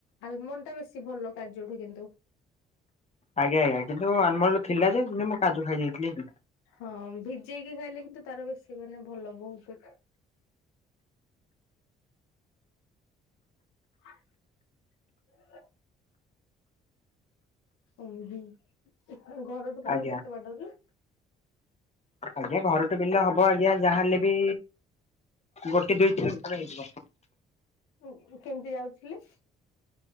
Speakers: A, on the left; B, on the left.
A: ଆଲମଣ୍ଡ ଟା ବେଶୀ ଭଲ କାଜୁଠୁ କିନ୍ତୁ।
B: ଆଜ୍ଞା ଆଜ୍ଞା କିନ୍ତୁ ଆଲମଲଡ ଥିଲା ଯେ କିନ୍ତୁ ମୁଁ କାୁଜୁ ଖାଇ ଦେଇଥିଲି।
A: ହଁ ଭିଜେଇକି ଖାଇଲେ କିନ୍ତୁ ତାର ବେଶୀ ମାନେ ଭଲ ବହୁତ। <unintelligible> ଉଁ ହୁଁ, ଘରଠୁ ବିଲ
B: ଆଜ୍ଞା
A: କେତେ ବାଟ କି?
B: ଆଜ୍ଞା ଘରଟେ ବିଲ ହବ ଆଜ୍ଞା ଯାହାହେଲେ ବି ଗୋଟେ ଦୁଇ ତିନ କିଲୋମିଟର ହେଇଯିବ।
A: ଉଁ ଉଁ, କେମତି ଯାଉଥିଲେ?